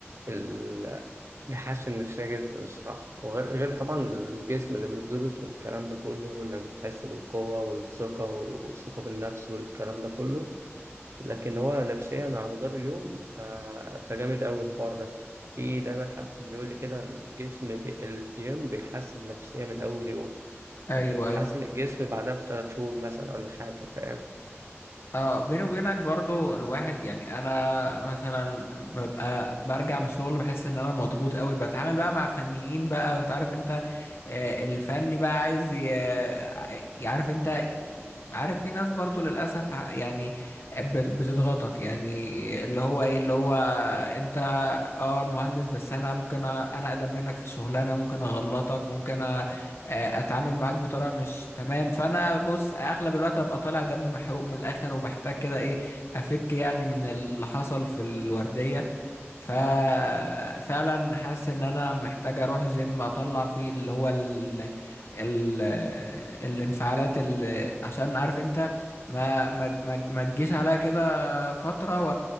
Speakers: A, on the right (about 70°); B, on the left (about 65°).
A: ال- بيحسن نفسية جدا الصراحة وغير غير طبعا الجسم اللي بيتظبط والكلام ده كله وإنك بتحس بالقوة والثقة والثقة بالنفس والكلام ده كله لكن هو نفسيا على مدار اليوم ف... فجامد أوي الحوار ده في دايما حد كان بيقول لي كده الجسم بي... الجيم بيحسن النفسية من أول يوم
B: أيوه
A: لكن بيحسن
B: أيوه
A: الجسم بعدها بثلاث شهور مثلا ولا حاجة فاهم
B: اه بيني وبينك برضو الواحد يعني انا مثلا ببقى برجع من الشغل بحس ان انا مضغوط قوي بتعامل بقى مع فنيين بقى وانت عارف انت آه، الفني بقى عايز ي- ع- يعرف انت ي- عارف في ناس برضو للاسف ع- يعني بت- بتضغطك يعني اللي هو ايه اللي هو انت اه المهندس بس انا ممكن أ- انا اقدم منك في الشغلانه ممكن اغلطك ممكن أ- آه، اتعامل معاك بطريقه مش تمام فانا بص اغلب الوقت ابقى طالع دم محروق من الاخر وبحتاج كده ايه افك يعني من اللي حصل في الورديه ففعلا حاسس ان انا محتاج اروح جيم اطلع فيه اللي هو ال... ال... الانفعالات اللي عشان عارف انت ما ما ما, ما تجيش عليا كده فتره و...